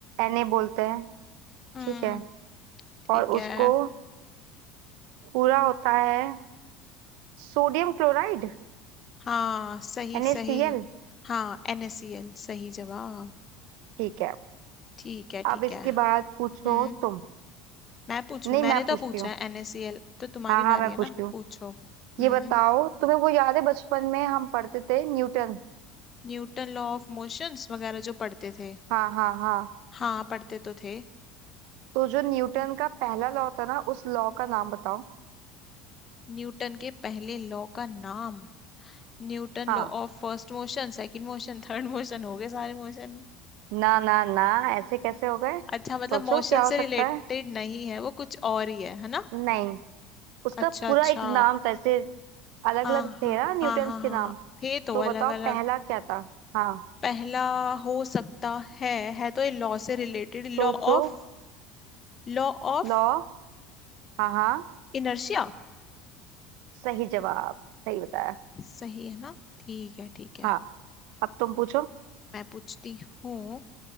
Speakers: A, on the right (about 70°); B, on the left (about 25°).
A: Na बोलते हैं
B: हम्म
A: ठीक है
B: ठीक
A: और उसको
B: है
A: पूरा होता है सोडियम क्लोराइड
B: हाँ सही
A: NaCl
B: सही हाँ NaCl सही जवाब
A: ठीक है
B: ठीक है ठीक
A: अब इसके
B: है
A: बाद पूछो
B: हम्म
A: तुम
B: मैं पूछूं
A: नहीं
B: मैंने
A: मैं पूछती
B: तो पूछा
A: हूँ
B: है NaCl अब तो तुम्हारी
A: हाँ हाँ
B: बारी
A: मैं
B: है
A: पूछती
B: ना
A: हूँ
B: पूछो हम्म
A: ये बताओ तुम्हें वो याद है बचपन में हम पढ़ते थे न्यूटन
B: न्यूटन लॉ ऑफ मोशंस वगैरह जो पढ़ते थे
A: हाँ हाँ हाँ
B: हाँ पढ़ते तो थे
A: तो जो न्यूटन का पहला लॉ था ना उस लॉ का नाम बताओ
B: न्यूटन के पहले लॉ का नाम Newton
A: हाँ
B: law of first motion second motion third motion हो गए सारे मोशन
A: ना ना ना ऐसे कैसे हो गए सोचो
B: अच्छा मतलब मोशन
A: क्या
B: से
A: हो सकता
B: रिलेटेड
A: है
B: नहीं है वो कुछ और ही है है ना
A: नहीं उसका
B: अच्छा
A: पूरा
B: अच्छा
A: एक नाम था ऐसे अलग
B: हाँ
A: अलग थे
B: हाँ
A: ना न्यूटन
B: हाँ हाँ हाँ
A: के नाम
B: थे तो
A: तो
B: अलग
A: बताओ
B: अलग
A: पहला क्या था हाँ
B: पहला हो सकता है है तो ये लॉ से related law
A: सोचो
B: of Law of
A: लॉ हाँ हाँ
B: inertia
A: सही जवाब सही बताया
B: सही है ना ठीक है ठीक है
A: हाँ अब तुम पूछो
B: मैं पूछती हूँ